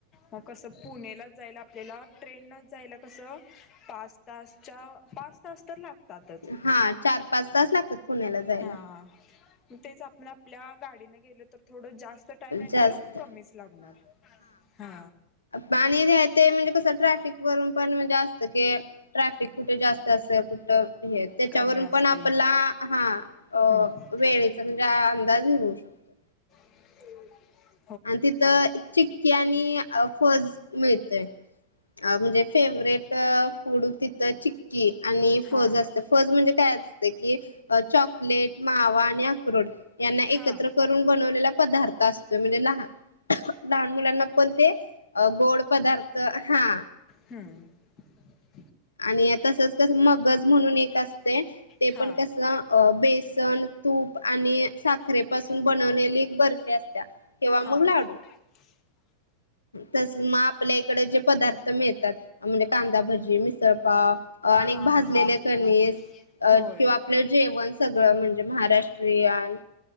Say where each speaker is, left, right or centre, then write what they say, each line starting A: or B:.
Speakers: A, on the left (about 30°); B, on the left (about 75°).
A: मग कसं पुणेलाच जायला आपल्याला ट्रेननच जायला कसं पाच तासच्या पाच तास तर लागतातच
B: हा चार पाच तास लागतात पुण्याला जायला
A: हा मग तेच आपण आपल्या गाडीनं गेलो तर थोडं जास्त टाईम नाही
B: जास्त
A: तर कमीच लागणार हा
B: पाणी ते म्हणजे कसं ट्रॅफिक वरून पण म्हणजे असत क ट्रॅफिक कुठे जास्त असं कुट त्याच्यावरून
A: कमी असते
B: पण आपला हा
A: हम्म
B: वेल समजा अंदाज घेउ शकतो
A: <inaudible>
B: आणि तिथं चिक्की आणि फज मिळतय अ म्हणजे फेवरेट फूड तिथं चिक्की आणि
A: हा
B: फज असतं फज म्हणजे काय कि चॉकलेट मावा आणि अक्रोड ह्यांना एकत्र
A: हा
B: करून बनवलेला पदार्थ <unintelligible> असत म्हणे लहान मुलांना पण ते गोड पदार्थ हा
A: हां
B: आणि तसच कस मगज म्हणून एक असते ते
A: हा
B: पण कस बेसन तूप आणि साखरेपासून बनवलेली एक बर्फी असत्या तेव्हा मग
A: हा
B: लाडू
A: <inaudible>
B: तस मग आपल्या इकडे जे पदार्थ मिळतात म्हणजे कांदा भजी मिसळपाव आणि
A: हा
B: भाजलेले
A: हा हा
B: कनीस अ
A: होय.
B: किंवा आपलं जेवण सगळं म्हणजे महाराष्ट्रीयन